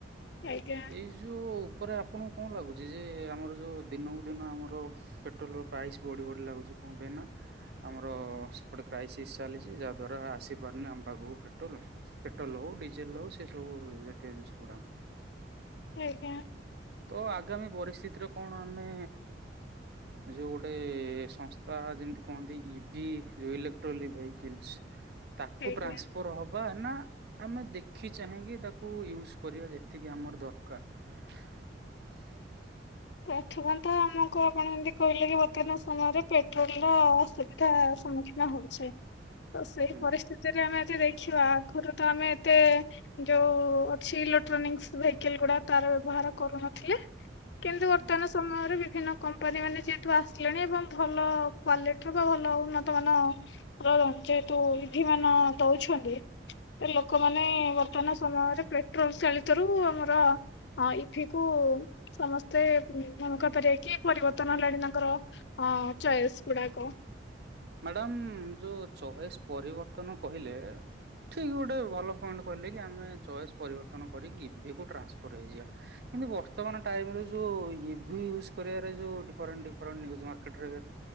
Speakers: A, on the left (about 65°); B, on the right (about 60°).
A: ଆଜ୍ଞା।
B: ଏଇ ଯୋଉ ଉପରେ ଆପଣଙ୍କୁ କଣ ଲାଗୁଛି ଯେ ଆମର ଯୋଉ ଦିନକୁ ଦିନ ଆମର ପେଟ୍ରୋଲର ପ୍ରାଇସ୍ ବଢି ବଢି ଲାଗୁଛି କଣ ପାଇଁ ନା ଆମର ସେପଟେ କ୍ରାଇସିସ୍ ଚାଲିଛି ଯାହା ଦ୍ଵାରା ଆସିପାରୁନି ଆମ ପାଖକୁ ପେଟ୍ରୋଲ ପେଟ୍ରୋଲ ହଉ ଡିଜେଲ ହଉ ସେ ସବୁ ଜାତୀୟ ଜିନିଷ ଗୁଡା।
A: ଆଜ୍ଞା
B: ତ ଆଗାମୀ ପରିସ୍ଥିତିରେ କଣ ଆମେ ଯୋଉ ଗୋଟେ ସଂସ୍ଥା ଯେମିତି କହନ୍ତି ଇଭି ଯୋଉ ଇଲେକ୍ଟ୍ରୋନ ଭେଇକିଲସ। ତାକୁ
A: ଆଜ୍ଞା।
B: ଟ୍ରାନ୍ସଫର୍ ହବା ନା ଆମେ ଦେଖି ଚାହିଁକି ତାକୁ ୟୁଜ କରିବା ଯେତିକି ଆମର ଦରକାର। <inaudible>
A: ପ୍ରଥମ ତ ଆମକୁ ଆପଣ ଏମିତି କହିଲେ କି ବର୍ତ୍ତମାନ ସମୟରେ ପେଟ୍ରୋଲ ର ଅସୁବିଧା ସମ୍ମୁଖୀନ ହଉଛେ। ତ ସେଇ
B: ହୁଁ।
A: ପରିସ୍ଥିତିରେ ଆମେ ଯଦି ଦେଖିବା ଆଗରୁ ତ ଆମେ ଏତେ ଯୋଉ ଅଛି ଇଲେକ୍ଟ୍ରୋନିକ୍ସ ଭେିକଲ ଗୁଡା ତାର ବ୍ୟବହାର କରୁନଥିଲେ। କିନ୍ତୁ ବର୍ତ୍ତମାନ
B: ହୁଁ
A: ସମୟରେ ବିଭିନ୍ନ କମ୍ପାନୀ ମାନେ ଯେହେତୁ ଆସିଲେଣି ଏବଂ ଭଲ କ୍ୱଲିଟିର ବା ଭଲ ଉନ୍ନତମାନର ଯେହେତୁ ଇଭି ମାନ ଦେଉଛନ୍ତି। ସେ ଲୋକମାନେ
B: ହୁଁ।
A: ବର୍ତ୍ତମାନ ପୂତନ ସମୟରେ ପେଟ୍ରୋଲ ଚାଳିତ ର ଆମର ଇଭିି କୁ ସମସ୍ତ ମତେ ମନେ କହିପାରିବା କିଏ ପରିବର୍ତ୍ତନ ହେଲାଣି ତାଙ୍କର ଅ ଚଏସ୍ ଗୁଡାକ।
B: ମାଡ଼ାମ ଯୋଉ ଚଏସ୍ ପରିବର୍ତ୍ତନ କହିଲେ ଠିକ ଗୋଟେ ଭଲ ପଏଣ୍ଟ କହିଲେ କି ଆମେ ଚଏସ୍ ପରିବର୍ତ୍ତନ କରିକି ଇଭିିକୁ ଟ୍ରାନ୍ସଫର୍ ହେଇଯିବା କିନ୍ତୁ ବର୍ତ୍ତମାନ ଟାଇମରେ ଯୋଉ ଇଭି ୟୁଜ୍ କରିବାରେ ଯେଉଁ ଡିଫରେଣ୍ଟ ଡିଫରେଣ୍ଟ ନିଉଜ୍ ମାର୍କେଟରେ